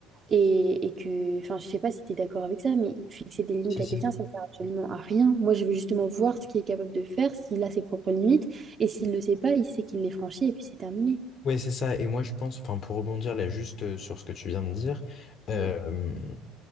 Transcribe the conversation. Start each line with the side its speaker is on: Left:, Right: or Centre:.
Right: Et, et que, enfin, je sais pas si tu es d'accord avec ça, mais fixer des limites
Left: Si,
Right: à
Left: si.
Right: quelqu'un, ça ne sert absolument à rien. Moi, je veux justement voir ce qu'il est capable de faire, s'il a ses propres limites. Et s'il ne le sait pas, il sait qu'il les franchit et puis c'est terminé.
Left: Ouais, c'est ça. Et moi, je pense, enfin, pour rebondir là juste euh, sur ce que tu viens de dire, Mhm.
Right: Oui,
Left: euh,